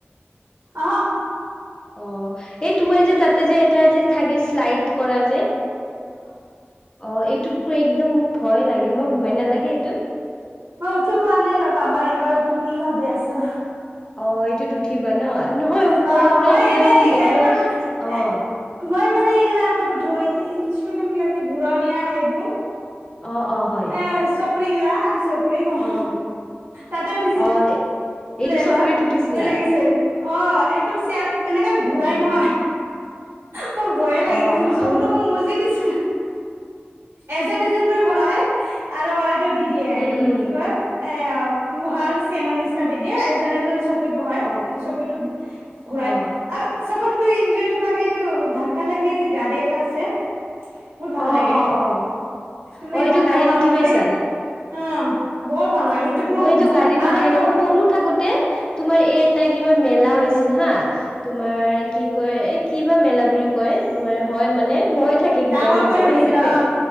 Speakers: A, on the right (about 75°); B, on the left (about 20°).
A: অ',
B: অ' এই তোমাৰ যে তাতে যে এটা যে থাকে স্লাইড কৰা যে অ' এইটোত টু একদম মোক ভয় লাগে তোমাক ভয় নালাগে এইটোত
A: মই উঠি পোৱা নাই ৰবা মই এবাৰ উঠি বুলি ভাবি আছো
B: অ' এইটোত উঠিবা ন নহয় ওপৰৰ
A: অ
B: পৰা
A: মই
B: একদম
A: এনেই
B: একদম
A: এইবোৰ
B: অ'
A: এ মই মানে এইগিলা আগত উঠ এই ইনষ্ট্ৰুমেন্ট গিলা যে ঘূৰণীয়া সেইবোৰ
B: অ', অ', হয়
A: এ চকৰি গিলা আমি চকৰি কও
B: অ'
A: তাতে উঠিছো
B: অ' এইটো
A: এবাৰ
B: চকৰিত উঠিছিলা?
A: ভয় লাগিছে অ' একদম চেক এনেকা ঘূৰাই
B: অ'
A: নহয় মো ভয়ে লাগি
B: অ'
A: গৈছিল চকু তকু মুজি দিছিলো এজন এজন কৰি বহাই আৰু এইটো দিদিয়ে
B: উম
A: এইটো
B: উম
A: কি কয় এয়া লোহাৰ চেনৰ নিচনা দি দিয়ে এজন এজন চব চিত বহাই
B: অ'
A: ইটো চকী ঘূৰাই
B: অ'
A: আৰু চবত কৈ ইঞ্জয় এটা লাগে এইটো ঢাক্কা ধাক্কি যে গাড়ী এটা আছে বহুত ভাল
B: অ'
A: লাগে
B: অ' অ'
A: তুমি
B: অ এইটো
A: ধাক্কা
B: গাড়ীত
A: মাৰা
B: উঠি
A: মাৰি
B: পাইছা
A: অ' বহুত ভাল লাগে সেইটোত
B: অ
A: মোক
B: মই এইটো
A: বহুত
B: গাড়ীত
A: আৰু
B: উঠাই
A: এবাৰ
B: নাই মই সৰু থাকোতে তোমাৰ এই এটাই কিবা মেলা হৈছিল হা তোমাৰ কি কয় এই কি বা মেলা বুলি কয় তোমাৰ হয় মানে হৈ থাকে কেতিয়াবা
A: ডাঙৰ
B: কেতিয়াবা
A: কৰি হৈছিল
B: সেইটো মে
A: অ'